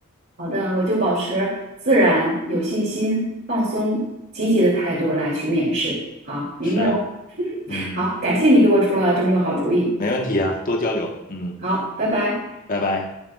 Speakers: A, on the right (about 50°); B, on the left (about 40°).
A: 好的，我就保持自然、有信心、放松、积极的态度来去面试。好，明白了。
B: 是啊，嗯，
A: 好，感谢你给我出了这么多好主意。
B: 没问题啊，多交流，嗯，
A: 好，拜拜。
B: 拜拜。